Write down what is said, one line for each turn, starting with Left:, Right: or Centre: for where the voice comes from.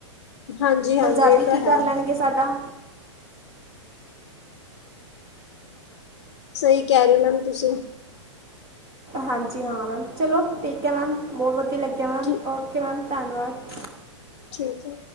Left: ਹਾਂਜੀ ਹਾਂਜੀ
Right: ਪੰਜਾਬੀ,
Left: ਇਹ ਤਾਂ
Right: ਕੀ ਕਰ
Left: ਹੈ
Right: ਲੈਣਗੇ ਸਾਡਾ
Left: ਸਹੀ ਕਹਿ ਰਹੇ ਮੈਮ ਤੁਸੀਂ
Right: ਹਾਂਜੀ ਹਾਂ, ਮੈਮ ਚਲੋ ਠੀਕ ਹੈ ਮੈਮ, ਬਹੁਤ ਵਧੀਆ ਲੱਗਿਆ ਮੈਮ,
Left: ਠੀਕ
Right: ਓਕੇ ਮੈਮ ਧੰਨਵਾਦ
Left: ਠੀਕ